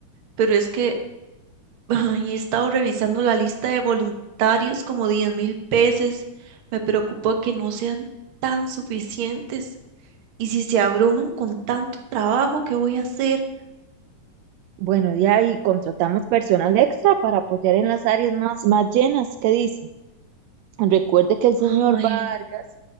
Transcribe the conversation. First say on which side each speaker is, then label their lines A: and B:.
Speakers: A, on the right; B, on the right.
A: Pero es que <laughs> ay, he estado revisando la lista de voluntarios como diez mil veces. Me preocupa que no sean tan suficientes. Y si se abruman con tanto trabajo, ¿qué voy a hacer?
B: Bueno, ya ahí contratamos personal extra para apoyar en las áreas más, más llenas. ¿Qué dice? Recuerde que el
A: Ay,
B: señor Vargas